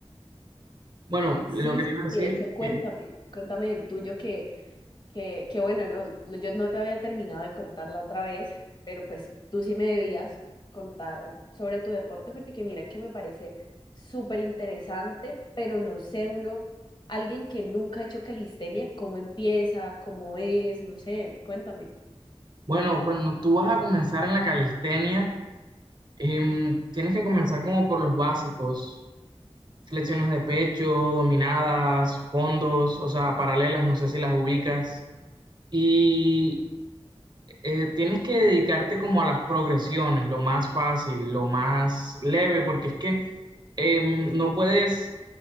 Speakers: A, on the right (about 45°); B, on the left (about 45°).
A: Bueno,
B: Sí,
A: lo que te
B: sí,
A: iba a decir,
B: sí, de hecho, cuéntame,
A: que,
B: cuéntame el tuyo que Que, que bueno, no, no, yo no te había terminado de contar la otra vez, pero pues tú sí me debías contar sobre tu deporte, porque mira que me parece súper interesante, pero no sé uno, alguien que nunca ha hecho calistenia, cómo empieza, cómo es, no sé, cuéntame.
A: bueno, cuando tú vas a comenzar en la calistenia, em, tienes que comenzar como por los básicos, flexiones de pecho, dominadas, fondos, o sea, paralelas, no sé si las ubicas. Y eh, tienes que dedicarte como a las progresiones, lo más fácil, lo más leve, porque
B: Eh,
A: es que em, no puedes